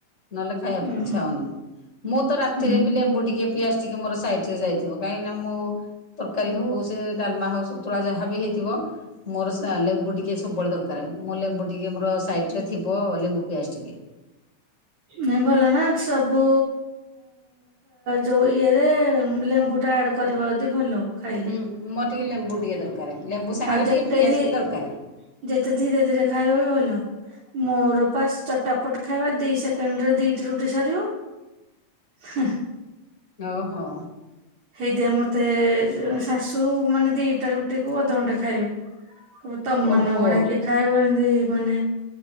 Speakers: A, on the left; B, on the right.
A: ନହେଲେ ଖାଇବା ପାଇଁ
B: ଉଁ
A: ଇଚ୍ଛା ହଉନି। ମୁଁ ତ ରାତିରେ
B: ହୁଁ
A: ବି ଲେମ୍ବୁ ଟିକେ ପିଆଜ ମୋର ସାଇଟରେ ଯାଇଥିବ କାହିଁକିନା ମୁଁ ତରକାରୀ ହଉ ସେ ଡାଲମା ହଉ ସନ୍ତୁଳା ଯାହା ବି ହେଇଥିବ। ମୋର ସେ ଲେମ୍ବୁ ଟିକେ ସବୁବେଳେ ଦରକାର ମୁଁ ଲେମ୍ବୁ ଟିକେ ମୋର ସାଇଟରେ ଥିବ ଲେମ୍ବୁ ପିଆଜ ଟିକେ।
B: ନା ଭଲ ନା ସବୁ ଯୋଉ ଇଏରେ ଲେମ୍ବୁ ଆଡ କରିବାଦି ଭଲ। ଖାଇଲେ
A: ହୁଁ ମୋର ଟିକେ ଲେମ୍ବୁ ଟିକେ ଦରକାର ଲେମ୍ବୁ ସାଙ୍ଗରେ
B: ଆଉ ଯେତେ
A: ଟିକେ ପିଆଜ
B: ଧ
A: ବି ଦରକାର।
B: ଯେତେ ଧୀରେ ଧୀରେ ଖାଇବା ବି ଭଲ। ମୋର ପା ଚଟାପଟ ଖାଇବା ଦି ସେକେଣ୍ଡରେ ଦିଟି ରୁଟି ସରିବ। ହ
A: ଓହୋ
B: ହେଇଦଆ ମତେ ଶାଶୁ ମାନେ ଦିଟା ରୁଟିକୁୁ ଅଧଘଣ୍ଟେ ଖାଇବେ। ତମମାନଙ୍କ
A: ଓହୋ
B: ଭଳିଆ କିଏ ଖାଇବ ଏମିତି ମାନେ